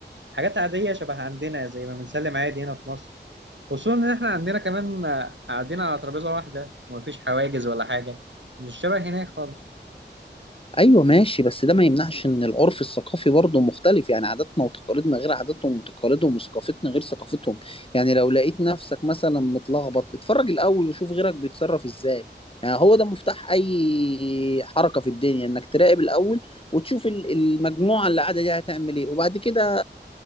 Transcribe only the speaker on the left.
ايوه ماشي بس ده ما يمنعش ان العرف الثقافي برضه مختلف يعني عاداتنا وتقاليدنا غير عاداتهم وتقاليدهم وثقافتنا غير ثقافتهم يعني لو لقيت نفسك مثلا متلخبط اتفرج الاول وشوف غيرك بيتصرف ازاي يعني هو ده مفتاح اي حركة في الدنيا انك تراقب الاول وتشوف ال- المجموعة اللي قاعدة دي هتعمل ايه وبعد كده